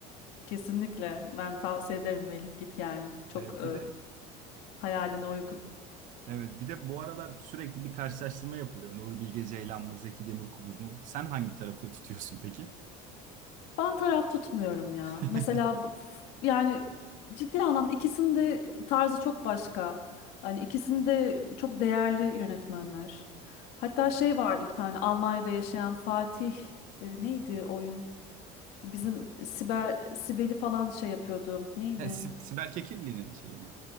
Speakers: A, on the left (about 65°); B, on the right (about 50°).
A: Kesinlikle. Ben tavsiye ederim Melih. Git yani. Çok
B: E,
A: e,
B: bir de
A: hayaline uygun.
B: Evet, bir de bu aralar sürekli bir karşılaştırma yapılıyor. Nuri Bilge Ceylan mı, Zeki Demirkubuz mu? Sen hangi tarafı tutuyorsun peki?
A: Ben taraf tutmuyorum ya.
B: <laughs>
A: Mesela bu- f- yani ciddi anlamda ikisinin de tarzı çok başka. Hani ikisini de çok değerli yönetmenler. Hatta şey vardı bir tane Almanya'da yaşayan Fatih e, neydi oyun? Bizim
B: Ee,
A: Siber Sibel'i falan şey yapıyordu. Neydi?
B: He, Sib- Sibel Kekilli'nin şeyi mi?